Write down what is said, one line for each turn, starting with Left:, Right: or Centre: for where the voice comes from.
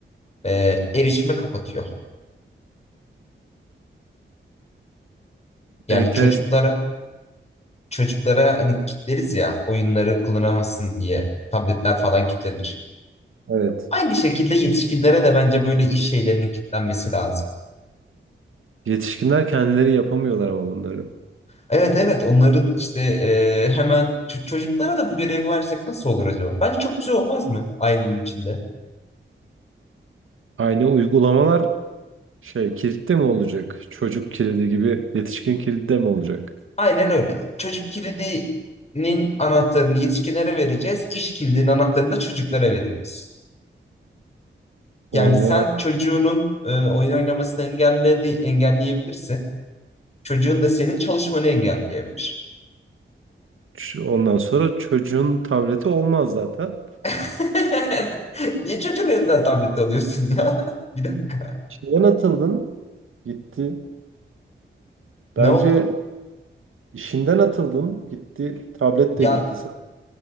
Left: E, erişime kapatıyor. Yani
Right: <laughs> Enteresan.
Left: çocuklara çocuklara hani kilitleriz ya oyunları kullanamasın diye tabletler falan kilitlenir.
Right: Evet.
Left: Aynı şekilde yetişkinlere de bence böyle iş şeylerinin kilitlenmesi lazım.
Right: Yetişkinler kendileri yapamıyorlar ama bunları.
Left: Evet evet onların işte e, hemen ç- çocuklara da bu görevi versek nasıl olur acaba? Bence çok güzel olmaz mı ailenin içinde?
Right: Aynı uygulamalar şey kilitte mi olacak? Çocuk kilidi gibi yetişkin kilidi de mi olacak?
Left: Aynen öyle. Çocuk kilidinin anahtarını yetişkinlere vereceğiz. İş kilidinin anahtarını da çocuklara vereceğiz. Yani
Right: Allah.
Left: sen çocuğunun e, oyun oynamasını engelledi, engelleyebilirsin. Çocuğun da senin çalışmanı engelleyebilir.
Right: ç- ondan sonra çocuğun tableti olmaz zaten.
Left: <laughs> Niye çocuğun elinden tablet alıyorsun ya? <laughs> Bir dakika.
Right: İşinden atıldın, gitti.
Left: Ne
Right: Bence
Left: oldu?
Right: işinden atıldın, gitti. Tablet
Left: Ya
Right: de gitti. Sen-